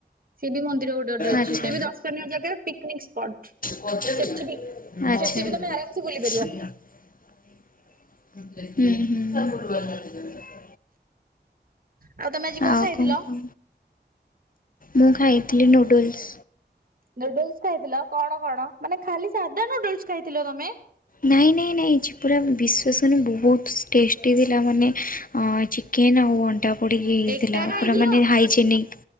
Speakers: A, on the right; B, on the left.
A: ସିଏ ବି ମନ୍ଦିର ଗୋଟେ ଗୋଟେ
B: ଆଚ୍ଛା
A: ଅଛି। ସିଏ ବି ଦର୍ଶନୀୟ ଜାଗା ପିକନିକ ସ୍ପଟ।
B: ଆଚ୍ଛା।
A: ସେଠି ବି ସେଠି ବି ତମେ ଆରାମସେ
B: ହୁଁ
A: ବୁଲି ପାରିବ
B: ହୁଁ।
A: ଆଉ ତମେ ଆଜି
B: ଆଉ
A: ଖାଇଥିଲ?
B: କଣ କୁହ? ମୁଁ ଖାଇଥିଲି ନୁଡୁଲ୍ସ।
A: ନୁଡୁଲ୍ସ ଖାଇଥିଲ, କଣ କଣ? ମାନେ ଖାଲି ସାଧା ନୁଡୁଲ୍ସ ଖାଇଥିଲ ତମେ?
B: ନାଇଁ, ନାଇଁ, ନାଇଁ, ଆଜି ପୁରା ବିଶ୍ୱାସ ହଉନି ବହୁତ ଟେଷ୍ଟି ଥିଲା ମାନେ ଅ ଚିକେନ୍ ଆଉ ଅ ଅଣ୍ଡା ପଡ଼ିକି ହେଇଥିଲା,
A: ଏକା ଖାଇଥିଲ
B: ପୁରା ମାନେ ହାଇଜେନିକ୍।